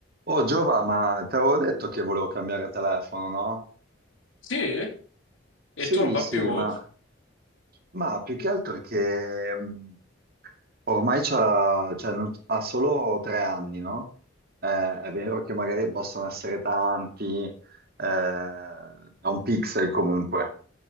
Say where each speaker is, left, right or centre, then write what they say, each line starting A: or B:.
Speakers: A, on the right (about 55°); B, on the left (about 80°).
A: Oh Giova, ma te avevo detto che volevo cambiare telefono, no?
B: Sì?
A: Sì,
B: E tu non va
A: sì,
B: più?
A: ma,
B: Ok,
A: ma più che altro è che mh, ormai c'ha, cioè, non- ha solo tre anni, no? Eh, è vero che magari possono essere tanti, eh, è un pixel comunque,